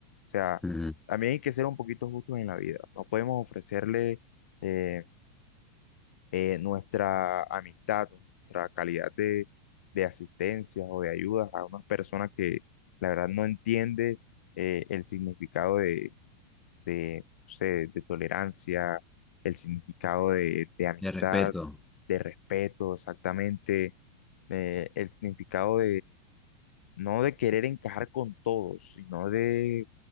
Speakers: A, on the left (about 85°); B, in the centre.
A: O sea,
B: Ujú.
A: también hay que ser un poquito justos en la vida. No podemos ofrecerle... eh, eh, nuestra amistad, o nuestra calidad de, de asistencia o de ayuda a unas personas que la verdad no entiende eh, el significado de, de, no sé, de tolerancia, el significado de, de amistad,
B: De respeto.
A: de respeto, exactamente, eh, el significado no de querer encajar con todos, sino de